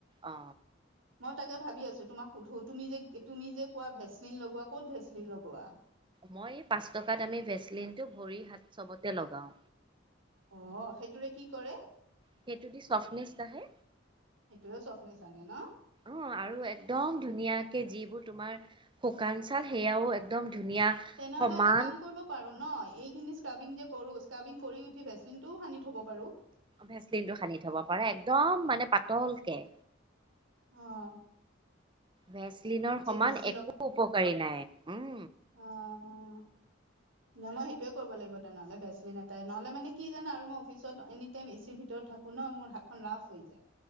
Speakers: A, on the right; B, on the right.
A: অ
B: মই তাকে ভাবি আছোঁ, তোমাক সুধো তুমি যে তুমি যে কোৱা ভেচলিন লগোৱা ক'ত ভেচলিন লগোৱা?
A: মই পাঁচ টকা দামী ভেচলিনটো ভৰি হাত চবতে লগাওঁ।
B: অঁ সেইটোৰে কি কৰে?
A: সেইটো দি চফ্টনেচ আহে
B: সেইটোয়ে চফ নিছানে ন।
A: অঁ আৰু একদম ধুনীয়াকে যিবোৰ তোমাৰ শুকান চাল, সেয়াও একদম ধুনীয়া
B: তেনেহলে
A: সমান
B: এটা কাম কৰিব পাৰোঁ ন, এইখিনি স্কাবিং যে কৰো স্কাবিং কৰি উঠি ভেচিন টোও সানি থ'ব পাৰো।
A: ভেচলিনটো সানি থব পাৰে একদম মানে পাতলকে।
B: অঁ।
A: ভেচলিনৰ সমান
B: বেছি
A: একো উপকাৰী নাই। উম
B: অঁ। নাই মই সেইটোয়ে কৰিব লাগিব তেনেহ'লে, ভেচলিন এটাই নহ'লে মানে কি জানা আৰু মই অফিচত এনি টাইম এচিৰ ভিতৰত থাকো ন, মোৰ হাতখন লাফ হৈ যায়।